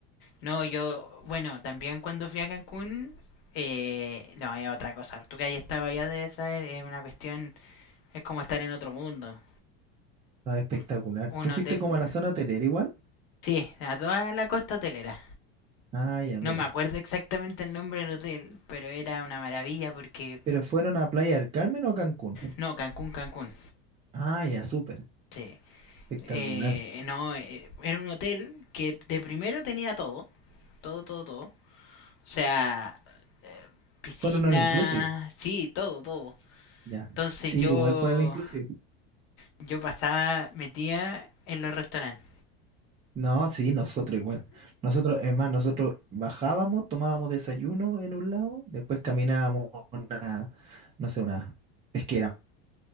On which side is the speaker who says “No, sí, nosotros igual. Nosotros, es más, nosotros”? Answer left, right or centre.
Right